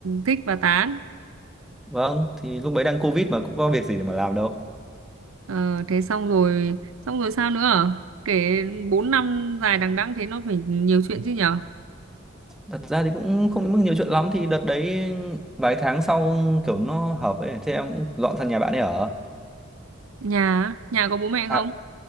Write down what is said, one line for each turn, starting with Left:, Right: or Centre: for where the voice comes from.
Right: thích và tán
Centre: vâng thì lúc đấy đang covid mà cũng có việc gì để mà làm đâu
Right: Ờ, thế xong rồi xong rồi sao nữa à? kể 4 năm dài đằng đẵng thế nó phải nhiều chuyện chứ nhở
Centre: Thật ra thì cũng không đến mức nhiều chuyện lắm thì đợt đấy vài tháng sau kiểu nó hợp ấy thế em cũng dọn sang nhà bạn ấy ở
Right: nhà á? nhà có bố mẹ
Centre: à,
Right: không